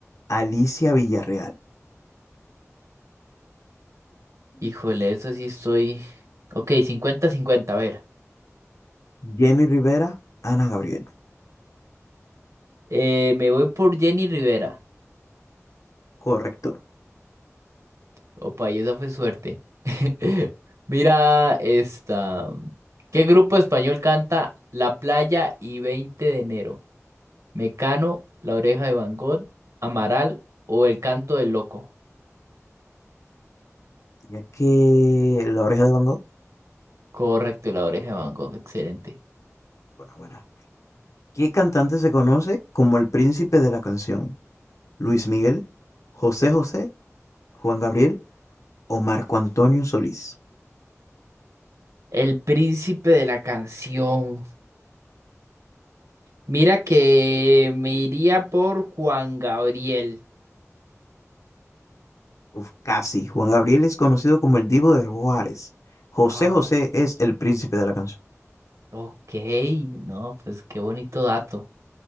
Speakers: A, on the left; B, on the right.
A: Alicia Villarreal,
B: Híjole, eso sí estoy. Ok, cincuenta-cincuenta. a ver.
A: Jenny Rivera, Ana Gabriel.
B: Eh, me voy por Jenny Rivera.
A: Correcto.
B: Opa, y esa fue suerte. <laughs> Mira esta. ¿Qué grupo español canta La Playa y 20 de enero? ¿Mecano, La Oreja de Van Gogh, Amaral o El Canto del Loco?
A: Ya que La Oreja de Van Gogh,
B: Correcto, La Oreja de Van Gogh, excelente.
A: bueno, bueno. ¿Qué cantante se conoce como el príncipe de la canción? ¿Luis Miguel, José José, Juan Gabriel o Marco Antonio Solís?
B: El príncipe de la canción. Mira que me iría por Juan Gabriel.
A: Uf, casi. Juan Gabriel es conocido como el Divo de Juárez. José
B: Ah,
A: José es el príncipe de la canción.
B: ok, no, pues qué bonito dato.